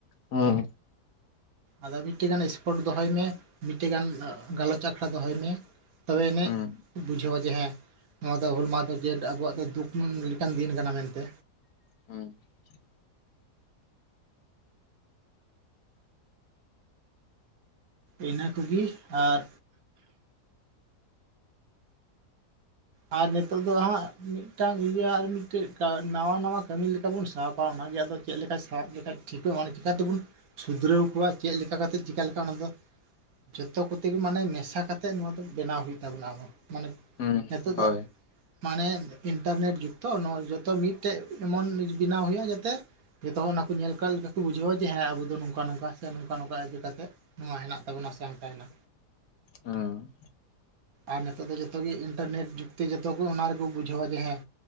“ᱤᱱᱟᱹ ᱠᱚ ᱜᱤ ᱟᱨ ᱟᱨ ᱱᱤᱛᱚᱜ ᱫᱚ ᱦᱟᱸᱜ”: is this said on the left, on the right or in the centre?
Right